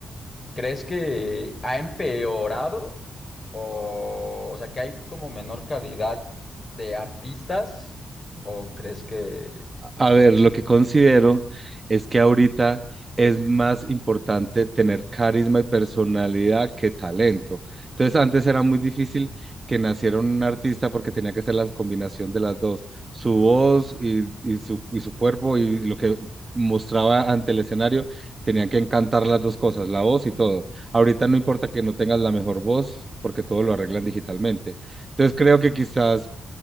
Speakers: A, on the left; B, on the right.
A: ¿crees que ha empeorado? O, o sea, que hay como menor calidad de artistas, ¿o crees que...
B: A ver, lo que considero es que ahorita es más importante tener carisma y personalidad que talento. Entonces, antes era muy difícil que naciera un artista porque tenía que ser la combinación de las dos, su voz y, y su, y su cuerpo y lo que mostraba ante el escenario, tenían que encantar las dos cosas, la voz y todo. Ahorita no importa que no tengas la mejor voz porque todo lo arreglan digitalmente. Entonces, creo que quizás